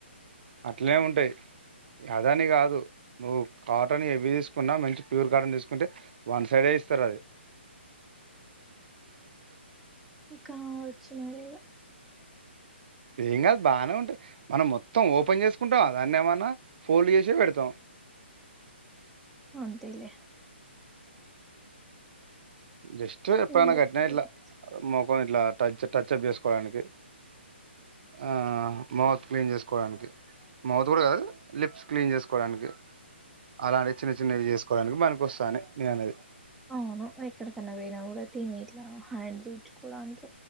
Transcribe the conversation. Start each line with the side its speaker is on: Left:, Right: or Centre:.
Right: అట్లే ఉంటయి ఇగ అదని గాదు నువ్వు కాటన్ ఏవ్వి తీసుకున్నా మంచి ప్యూర్ కాటన్ తీసుకుంటే వన్ సైడే ఇస్తరది
Centre: కావచ్చు మరి ఇగ
Right: ఏం కాదు బాగానే ఉంటాది మనం మొత్తం ఓపెన్ చేసుకుంటాం దాన్ని ఏమన్నా ఫోల్డ్ చేసి పెడత తం
Centre: అంతేలే
Right: జస్ట్ ఎప్పన
Centre: ఎందుకు
Right: కట్న ఇట్లా మోఖం ఇట్ టచ్ప్ చేసుకోవడానికి ఆ మౌత్ క్లీన్ చేసుకోవడానికి మౌత్ కూడా కాదు లిప్స్ క్లీన్ చేసుకోవడానికి అలాంటి చిన్న చిన్నవి చేసుకోవడానికి మనకు వస్తానే నే అనేది
Centre: అవును ఎక్కడకన్నా పోయినా కూడా తిని ఇట్లా హ్యాండ్ దుడ్చుకోవడానికి